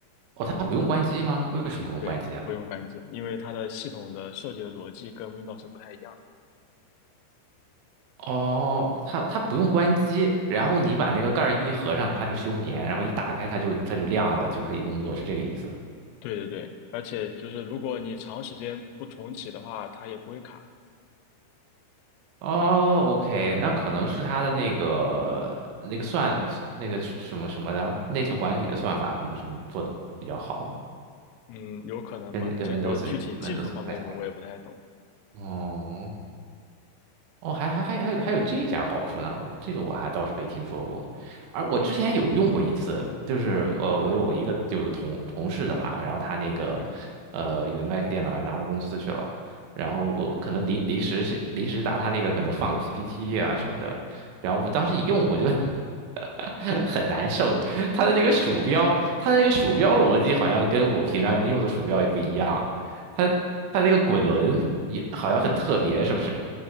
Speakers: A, on the right (about 80°); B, on the left (about 85°).
A: 哦，它不用关机吗？
B: 嗯，
A: 为什么不用关机啊？
B: 对，不用关机，因为它的系统的设计的逻辑跟 Windows 不太一样。
A: 哦，它它不用关机，然后你把那个盖儿一合上，它就休眠，然后一打开它就它就亮了，就可以工作，是这个意思。
B: 对对对，而且就是如果你长时间不重启的话，它也不会卡。
A: 哦，OK，那可能是它的那个那个算那个是什么什么的内存管理的算法，可能什么做的比较好，
B: 嗯，有可能吧。
A: 跟跟
B: 这个具体技术方面的我也不太懂。
A: Windows Windows 不太像。哦哦，还还还还有还有这点儿好处呢，我这个我还倒是没听说过。而我之前有用过一次，就是呃，
B: 嗯
A: 我有一个有个同同事的嘛，然后他那个呃有
B: 嗯
A: Mac 电脑还拿到公司去了，然后我可能临临时是临时拿他那个可能放个 PPT 啊什么的，然后我当时一用我就 <laughs> 很难受，他的那个鼠标，
B: 嗯
A: 他的那个鼠标逻辑好像跟我平常用的鼠标也不一样，他他那个滚轮也好像很特别，是不是？